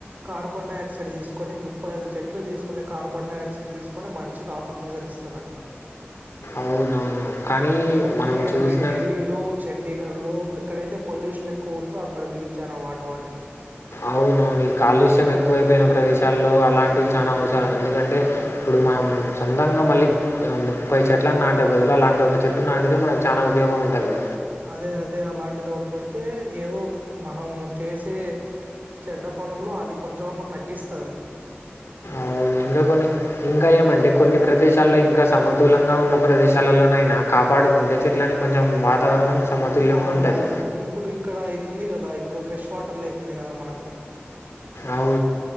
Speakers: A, on the right (about 40°); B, on the left (about 80°).
A: కార్బన్ డైఆక్సైడ్ తీసుకొని ముప్పై ఐదు చెట్లు తీసుకునే కార్బన్ డై ఆక్సైడ్ తీసుకొని మనిషికి ఆక్సిజన్ ఇస్తుందంట
B: అవునవును కానీ
A: ఈ మధ్య
B: మనం చూసిన
A: అవి ఢిల్లీలో చండీగఢ్ లో ఎక్కడైతే పొల్యూషన్ ఎక్కువ ఉందో అక్కడ బిగించారు. ఆట వాటిని
B: అవునవు నీ కాలుష్యం ఎక్కువైపోయిన ప్రదేశాల్లో అలాంటివి చాలా అవసరం ఎందుకంటే ఇప్పుడు మనం సొంతంగా మళ్ళీ ముప్పై చెట్లను నాటే బదులు అలాంటి ఒక చెట్టు నాటితే మనకు చాలా ఉపయోగం ఉంటుంది.
A: అదే అదే అలాంటిది ఒటి పెడితే ఏదో మనం చేసే చెడ్డ పనుల్లో అది కొంచెమన్నా తగ్గిస్తుంది. అది
B: అవును. ఇంకా కొన్ని ఇంకా ఏమంటే కొన్ని ప్రదేశాల్లో ఇంకా సమతూలంగా ఉన్న ప్రదేశాలలోనైనా కాపాడుకుంటే చెట్లని కొంచెం వాతావరణం సమతుల్యంగా
A: అవునవును
B: ఉంటది.
A: ఇప్పుడు ఇక్కడ అయితుంది కదా ఇప్పుడు ఫ్రెష్ వాటర్ లేకుంది కదా మనకు
B: అవు